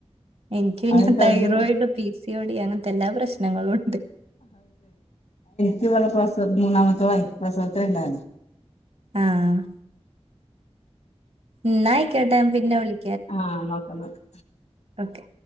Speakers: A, on the right; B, on the left.
A: എനിക്ക് പിന്ന
B: അത് ചെറുതിന്
A: തൈറോയിഡ് പി സി ഓടി, ഓടി അങ്ങനത്തെല്ലാ പ്രശ്നങ്ങളും ഉണ്ട്
B: <unintelligible> പ്രസ മൂന്നാമത്തെ <unintelligible> പ്രസവത്തിന് ഉണ്ടായിരുന്നു
A: ആഹ് ന്നാ ആയി കോട്ടെ ഞാ പിന്നെ വിളിക്
B: ആഹ് നോക്കാ നോക്കാ
A: ഓക്കേ